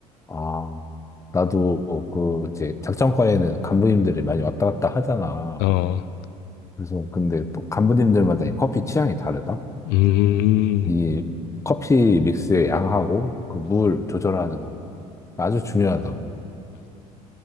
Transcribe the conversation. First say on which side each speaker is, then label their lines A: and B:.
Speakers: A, on the left; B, on the left.
A: 아, 나도 그 이제 작전과에는 간부님들이 많이 왔다 갔다 하잖아.
B: 어. 어.
A: 그래서 근데 또 간부님들마다 이 커피 취향이 다르다.
B: 음.
A: 이 커피 믹스의 양하고 그 물 조절하는 거 아주 중요하다고.